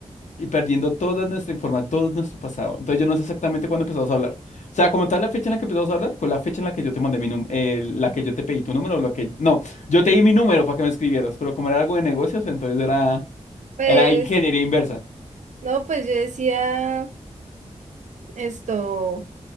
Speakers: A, on the left; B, on the right.
A: y perdiendo toda nuestra información, todo nuestro pasado. Entonces yo no sé exactamente cuándo empezamos a hablar. O sea, como tal, la fecha en la que empezamos a hablar fue la fecha en la que yo te mandé mi número, la que yo te pedí tu número, la que... No, yo te di mi número para que me escribieras, pero como era algo de negocios, pues, entonces era,
B: Pues
A: era ingeniería inversa.
B: No, pues yo decía esto,